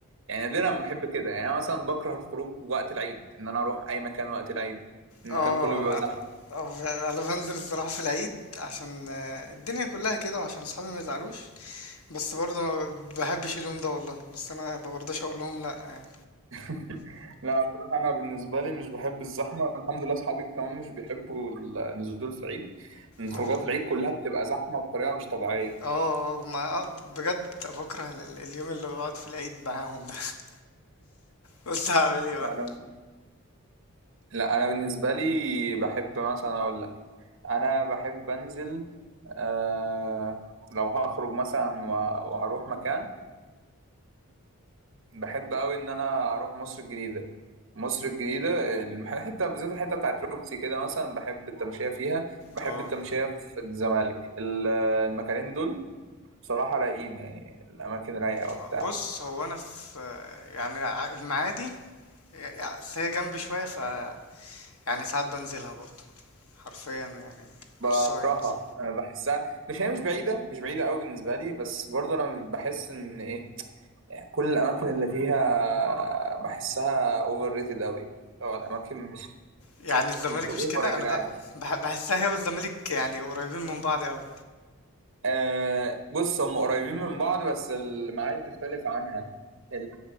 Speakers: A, on the right; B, on the left.
A: يعني نادرا ما احب كده يعني انا مثلا بكره الخروج وقت العيد ان انا اروح اي مكان وقت العيد المكان
B: اه
A: كله بيبقى زحمه
B: أنا آه، أنا بنزل الصراحة في العيد عشان آه، الدنيا كلها كده وعشان صحابي ما يزعلوش بس برضه ما بحبش اليوم ده والله بس أنا ما برضاش أقول لهم لأ يعني
A: <laughs> لا بصراحة أنا بالنسبة لي مش بحب الزحمة الحمد لله أصحابي كمان مش بيحبوا النزول في العيد لأن خروجات
B: طب
A: العيد كلها بتبقى زحمة بطريقة مش طبيعية
B: اه اه ما آه، بجد بكره ال- اليوم اللي بقعد في العيد معاهم ده <laughs> بس هعمل ايه بقى
A: أنا... لا انا بالنسبه لي بحب مثلا اقول لك انا بحب انزل آه... لو هخرج مثلا و- وهروح مكان بحب قوي ان انا اروح مصر الجديده مصر الجديده الحته بالذات الحته بتاعت روكسي كده مثلا بحب التمشيه فيها بحب
B: اه
A: التمشيه في الزمالك ال- المكانين دول بصراحه رايقين يعني الاماكن رايقه وبتاع
B: آه، بص هو انا في يعني ع- المعادي يعني أصل هي جنبي شويه ف يعني ساعات بنزلها برضه حرفيا يعني
A: بكرهها
B: نصاية مثلا
A: أنا بحسها مش هي مش بعيده مش بعيده قوي بالنسبه لي بس برضه انا مش بحس ان ايه كل الاماكن اللي فيها بحسها اوفر ريتد قوي يعني لو الاماكن مش
B: يعني الزمالك
A: انتوا
B: مش
A: اوفر
B: كده
A: يا
B: انا
A: جدعان
B: ب... بح- بحسها هي والزمالك يعني قريبين من بعض قوي
A: آه بص هم قريبين من بعض بس المعادي تختلف عنها ال-